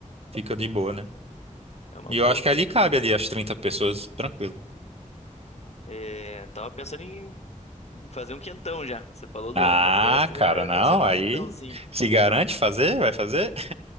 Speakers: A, on the right (about 50°); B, on the left (about 55°).
A: Fica de boa,
B: É,
A: né?
B: é uma
A: E
B: boa.
A: eu acho que ali cabe ali as trinta pessoas, tranquilo.
B: É, tava pensando em fazer um quentão já. Você falou
A: Ah,
B: do, da festa,
A: cara,
B: já, já
A: não,
B: pensei num
A: aí
B: quentãozinho.
A: se garante fazer, vai fazer.